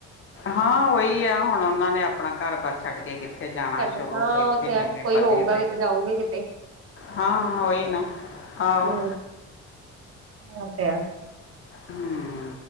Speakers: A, on the left; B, on the right.
A: ਹਾਂ ਉਹੀ ਆ ਹੁਣ ਉਹਨਾਂ ਨੇ ਆਪਣਾ ਘਰ ਬਦ ਛੱਡ ਕੇ ਕਿੱਥੇ ਜਾਣਾ।
B: ਸਾਡਾ
A: ਸ਼ੁਰੂ
B: ਹਾਂ
A: ਤੋਂ ਇੱਥੇ
B: ਉਹ ਤੇ ਹੈ
A: ਜੰਮੇ
B: ਕੋਈ
A: ਪਲੇ
B: ਹੋਊਗਾ
A: ਤੇ,,
B: ਵੀ ਜਾਊਗੇ ਕਿਤੇ
A: ਹਾਂ ਹਾਂ ਉਹੀ ਨਾ ਆਹੋ
B: ਹਾ ਉਹ ਤੇ ਹੈ।
A: ਹਮ